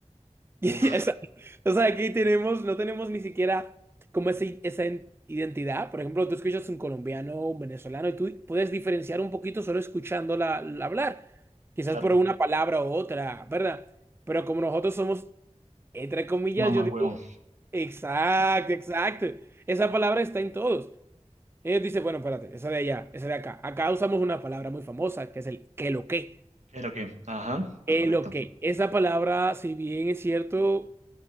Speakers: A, on the right (about 20°); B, on the right (about 75°).
A: <laughs> Y
B: Uf.
A: esa- o sea, aquí tenemos, no tenemos ni siquiera como ese- esa en- identidad. Por ejemplo, tú escuchas un colombiano o un venezolano y tú puedes diferenciar un poquito solo escuchándola la hablar. Quizás
B: Claro,
A: por una palabra u otra, ¿verdad? Pero como nosotros somos, entre comillas,
B: mamá
A: yo digo,
B: huevo.
A: exacto, exacto. Esa palabra está en todos. Ellos dicen, bueno, espérate, esa de allá, esa de acá. Acá usamos una palabra muy famosa que es el que lo que.
B: ¿Pero qué? Ajá,
A: Que
B: correcto.
A: lo que. Esa palabra, si bien es cierto